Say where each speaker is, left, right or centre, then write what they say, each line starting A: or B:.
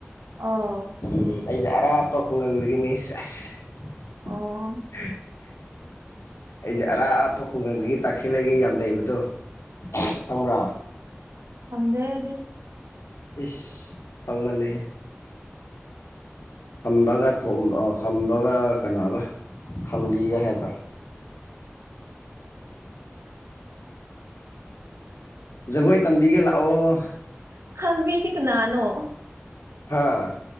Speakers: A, on the right; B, on the left.
A: ꯑꯣ
B: ꯎꯝ ꯑꯩꯗꯤ ꯑꯔꯥꯞꯄ ꯈꯨꯡꯒꯪꯗꯒꯤꯅꯦ <unintelligible>
A: ꯑꯣ <unintelligible>
B: ꯑꯩꯗꯤ ꯑꯔꯥꯞꯄ ꯈꯨꯡꯒꯪꯗꯒꯤ ꯇꯥꯈꯠꯂꯩꯒ ꯌꯥꯝ ꯂꯩꯕꯗꯣ ꯈꯪꯕ꯭ꯔꫭ
A: ꯈꯪꯗꯦ ꯑꯩꯗꯤ
B: ꯏꯁ ꯄꯪꯃꯟꯂꯦ ꯍꯦ ꯈꯝꯕꯒ ꯊꫭꯝ ꯈꯝꯕꯒ ꯀꯅꯥꯕ ꯈꯝꯕꯤꯒ ꯍꯥꯏꯕ꯭ꯔ ꯖꯒꯣꯏ ꯇꯝꯕꯤꯒꯦ ꯂꯥꯛꯑꯣ
A: ꯍꯪꯕꯤꯗꯤ ꯀꯅꯥꯅꯣ
B: ꯍꯥꯥ